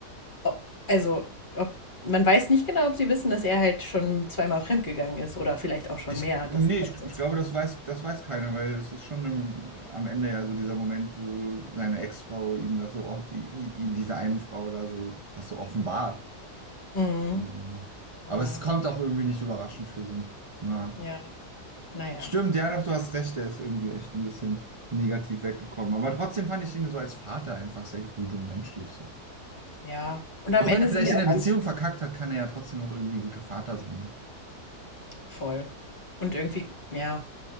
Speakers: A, on the left; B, on the right.
A: ob- also ob man weiß nicht genau, ob sie wissen, dass er halt schon zweimal fremdgegangen ist oder vielleicht auch schon
B: Ich,
A: mehr.
B: nee,
A: Das ist ja
B: ich,
A: das. Was,
B: ich glaube, das weiß, das weiß keiner, weil es ist schon im, am Ende ja so dieser Moment, wo seine Ex-Frau ihm das so, off- i- i- i- diese einen Frau da so, das so offenbart.
A: mhm.
B: Mhm. Aber
A: Ja,
B: es kommt auch irgendwie nicht überraschend für sie. Ja.
A: ja, naja,
B: Stimmt, ja, doch, du hast recht, der ist irgendwie echt ein bisschen negativ weggekommen. Aber trotzdem fand ich ihn so als Vater einfach sehr gut und menschlich. So.
A: ja. Und am
B: Auch
A: Ende
B: wenn er vielleicht
A: sind ja
B: in
A: auch
B: der Beziehung
A: alle
B: verkackt hat, kann er ja trotzdem noch irgendwie ein guter Vater sein. Ne?
A: voll. Und irgendwie, ja,